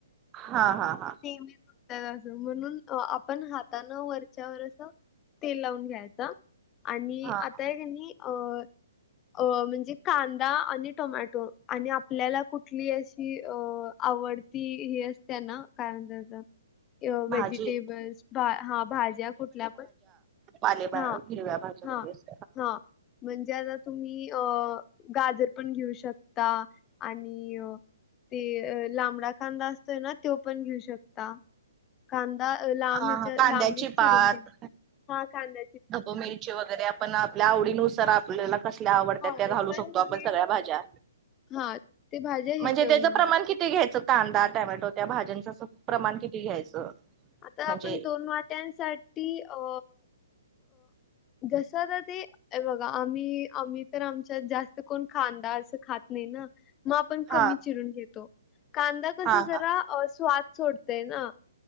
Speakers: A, on the right; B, on the left.
A: हा हा हा
B: नेहमी म्हणून आपण हाताानं वरच्यावर अस तेल लावून घ्यायचा आणि
A: हा
B: आता आहे का नाही अ अ म्हणजे कांदा आणि टोमॅटो आणि आपल्याला कुठली अशी अ आवडती ही असतेन काय म्हणता त्याला व्हेजिटेबल्स
A: भाजी
B: हा भाज्या कुठल्या पण
A: पाले पा
B: हा
A: हिरव्या भाज्या
B: हा
A: वगैरे अस
B: हा म्हणजे आता तुम्ही अ गाजर पण घेऊ शकता आणि ते लांबडा कांदा असतोय ना तो पण घेऊ शकता कांदा लांब
A: हा
B: ह्याच्या
A: हा कांद्याची
B: लांबी चिरून
A: पात
B: घ्या हा कांदा
A: ढबू मिरची वगैरे आपण आपल्या आवडीनुसार आपल्याला कसल्या आवडत
B: हा
A: त्या घालू
B: पण
A: शकतो आपण
B: हे
A: सगळ्या भाज्या
B: हा ते भाज्या हे
A: म्हणजे
B: करून
A: त्याच प्रमाण
B: घ्याय
A: कि किती घ्यायचं कांदा टमॅटो त्या भाज्यांच प्रमाण किती घ्यायचं.
B: आता
A: म्हणजे
B: आपण दोन वाट्यांसाठी अ जस तर ते अ बघा आम्ही आम्ही तर आमच्यात जास्त कोण खांदा असं खात नाही ना मग आपण
A: हा
B: कमी चिरून घेतो कांदा कसा
A: हा हा
B: जरा स्वाद सोडतय ना